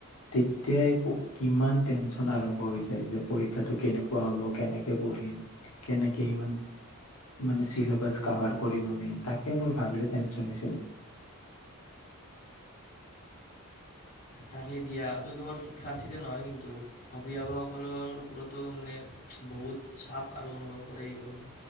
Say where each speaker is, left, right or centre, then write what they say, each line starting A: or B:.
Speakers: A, on the left; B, on the left.
A: তেতিয়াই কিমান টেনচন আৰম্ভ হৈ যায় যে পৰী ক্ষাটো কেনেকুৱা হ'ব কেনেকে পঢ়িম কেনেকে ইমান মানে চিলেবাছ কাভাৰ কৰিম আমি তাকে মোৰ ভাবিলে টেনচন হৈছিল।
B: তাকেই দিয়া, এইটো কেৱল শিক্ষাৰ্থীতে নহয় কিন্তু অভিভাৱকসকলৰ ওপৰতো মানে বহুত চাপ আৰু অনুভৱ কৰে এইকাৰণে